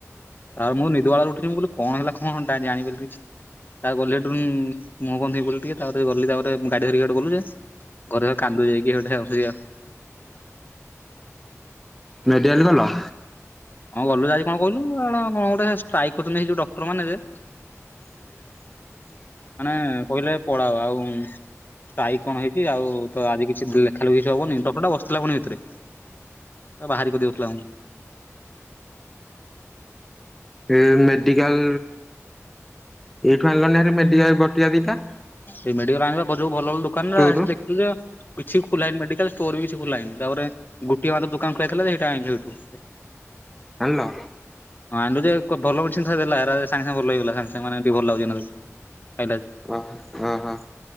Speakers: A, on the left; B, in the centre.
A: ଆଉ ମୁଁ ନିଦବାଉଳି ର ଉଠଛିି ମୁଁ କହିଲି କଣ ହେଲା କଣ ଟା ଜାଣିପାରିଲି କିଛି। ତା ଗଲି ମୁହଁ ଫୁହ ଧୋଇ ହେଇଗଲି ଟିକେ ତାପରେ ଗଲି ତାପରେ ଗାଡି ଧରିକି ଗଡେ ଗଲୁ ଯେ। ଘରେ କାନ୍ଦୁଛି ଯାଇକି ସେପଟେ ଆଉଛି ଆଉ।
B: ମେଡ଼ିକାଲ ଗଲ?
A: କଁ ଗଲୁ ଆଜି କଣ କହିଲୁ କଣ ଗୋଟେ ଷ୍ଟ୍ରାଇକ କରିଛନ୍ତି ଯୋଉ ଡକ୍ଟର ମାନେ ଯେ
B: ହ <unintelligible>
A: ମାନେ କହିଲେ ପଳାଅ ଆଉ ଆଇ କଣ ହେଇଛି ଆଉ ତ ଆଜି କିଛି ଲେଖା ଲେଖି ହବନି ଡକ୍ଟରଟା ବସିିଥିଲା ପୁଣି ଭିତରେ। ବାହାରି କରିଦଉଥିଲା ଉଁ।
B: ଏ ମେଡିକାଲ୍, ଏଇଠୁ ଆଣିଲଣିରେ ମେଡିକାଲ ବଟିକା ଦିଟା।
A: ସେଇ ମେଡିକାଲରୁ ଆଣିବ ଯଉ ଭଲ ଭଲ ଦୋକାନ
B: ଷ୍ଟୋରରୁ
A: ନା ସେ ଦେଖିବ। କିଛି ଖୋଲା ହେଇନି ମେଡିକାଲ ଷ୍ଟୋର ବି କିଛି ଖୋଲା ହେଇନି, ତାପରେ ଗୋଟିଏ ମାତ୍ର ଦୋକାନ ଖୋଲା ହେଇଥିଲା ସେଇଟା ଆଣିଲି ସେଇଠୁ।
B: ଆଣିଲ?
A: ହଁ ଆଣିଲୁ ଯେ ଭଲ ମେଡିସିନ୍ ଦେଲା ସାଙ୍ଗ ସାଙ୍ଗେ ଭଲ ହେଇଗଲା ସାଙ୍ଗ ସାଙ୍ଗ ମାନେ ଟିକେ ଭଲ ଲାଗୁଚି। କଇଲେ <unintelligible>
B: ଓହୋ ହଁ ହଁ।